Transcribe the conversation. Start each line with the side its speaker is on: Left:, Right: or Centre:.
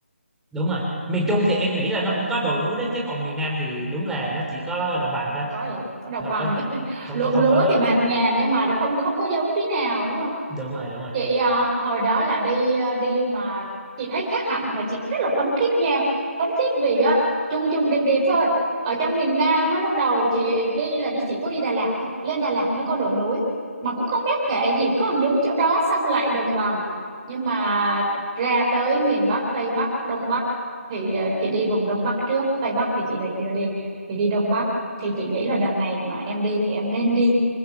Centre: đúng rồi miền Trung thì em nghĩ là nó cũng có đồi núi đó chứ còn miền Nam thì đúng là nó chỉ có đồng bằng thôi
Right: Không có gì, có đồng
Centre: không
Right: bằng
Centre: có
Right: thôi. <laughs>
Centre: không
Right: Ruộng
Centre: có không
Right: lúa
Centre: có nói
Right: thì bạt ngàn nhưng mà không không có giống tí nào đúng không?
Centre: đúng rồi đúng rồi
Right: chị à, hồi đó là đi à, đi mà chị thấy khác hẳn và chị rất là phấn khích nha phấn khích vì á chung chung điệp điệp thôi ở trong miền Nam á lúc đầu chị đi là đi chỉ có đi Đà Lạt thôi lên Đà Lạt mới có đồi núi mà cũng không đáng kể gì có một nhúm chỗ đó xong lại đồng bằng nhưng mà ra tới miền Bắc Tây Bắc Đông Bắc thì à, chị đi vùng Đông Bắc trước Tây Bắc thì chị lại chưa đi thì đi Đông Bắc thì chị nghĩ là đợt này mà em đi thì em nên đi